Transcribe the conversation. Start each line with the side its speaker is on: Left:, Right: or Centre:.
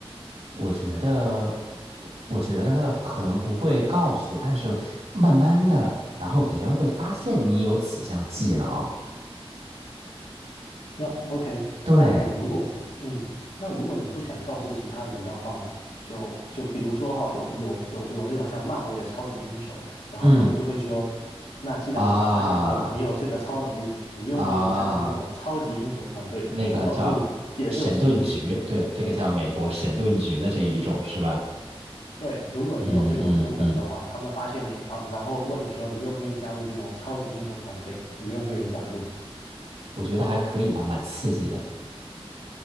Right: 我觉得，我觉得可能不会告诉，但是慢慢的，然后别人会发现你有此项技能。
Left: 那 OK，
Right: 对，
Left: 那你如果嗯，那如果你不想告诉其他人的话，就就比如说哈、有有有有那种像漫威的超级英雄，然后他们就会说，
Right: 嗯，
Left: 那既然我们发现你有你有这个超能力了，
Right: 啊
Left: 你愿不愿意加入这种超级英雄团队去帮助解救世界？
Right: 啊，那个叫神盾局，对，这个叫美国神盾局的这一种是吧？
Left: 对，如果你有这种功能的话，
Right: 嗯嗯嗯，
Left: 他们发现你，然后然后问你说你愿不愿意加入这种超级英雄团队，你愿不愿意加入？
Right: 我觉得还可以吧，蛮刺激的。